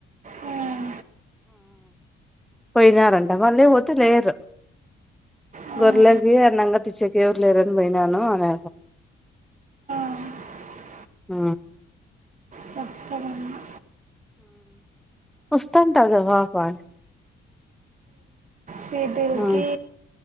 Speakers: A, on the right (about 40°); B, in the centre.
A: మ్మ్
B: పోయినారంట వాళ్ళీ పోదులేరు
A: మ్మ్
B: గొరలకి అన్నంగా టీచకి ఎవరు లేరని పోయినాను అనే
A: అవు
B: ఆ
A: చెప్పడంన్నా
B: వస్తస్తాంటగా వా పాాల
A: సిదుల్కి
B: ఉమ్